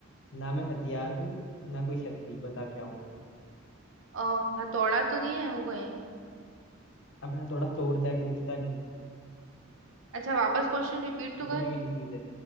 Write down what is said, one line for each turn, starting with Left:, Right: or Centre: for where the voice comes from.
Left: ना मैं हथियार हूँ ना कोई शक्ति बता क्या हूँ
Right: और हथौड़ा तो नहीं है वो कहीं
Left: अब मैं थोड़ा तोड़ता है टूटता नहीं
Right: अच्छा वापस क्वेश्चन रिपीट
Left: टूटने
Right: तो कर
Left: वाली चीज है